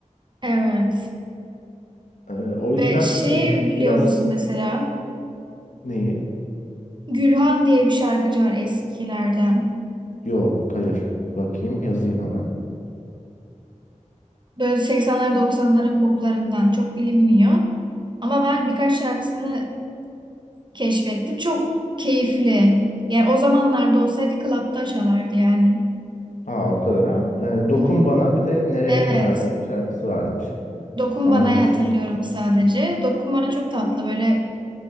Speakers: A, on the right; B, on the left.
A: Evet.
B: Ee, o
A: Ve
B: yüzden
A: şey
B: e,
A: biliyor
B: biraz
A: musun mesela?
B: neyi?
A: Gülhan diye bir şarkıcı var eskilerden.
B: Yok hayır. Bakayım yazayım hemen.
A: Böyle 80'ler doksanların poplarından çok bilinmiyor. Ama ben birkaç şarkısını keşfettim. Çok keyifli. Yani o zamanlarda olsaydı klapta çalardı yani.
B: Aa o kadar ha. Ee, Dokun
A: Hı hı.
B: Bana bir de Nereye
A: Evet.
B: Kadar diye bir şarkısı varmış.
A: Dokun
B: Hemen
A: Bana'yı
B: list-
A: hatırlıyorum sadece. Dokun Bana çok tatlı böyle